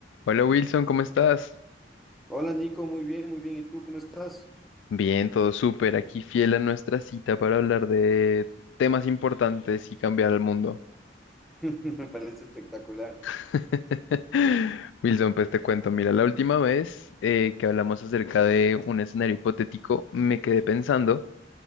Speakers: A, on the left; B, in the centre.
A: Hola Wilson, ¿cómo estás?
B: Hola Nico, muy bien, muy bien. ¿Y tú cómo estás?
A: Bien, todo súper. Aquí fiel a nuestra cita para hablar de temas importantes y cambiar el mundo.
B: <laughs> Me parece espectacular.
A: <laughs> Wilson, pues te cuento, mira, la última vez eh, que hablamos acerca de un escenario hipotético, me quedé pensando